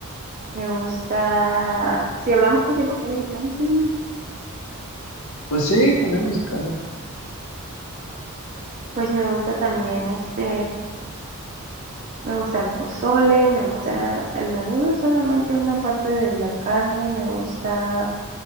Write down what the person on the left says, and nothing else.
Pues sí, comida mexicana.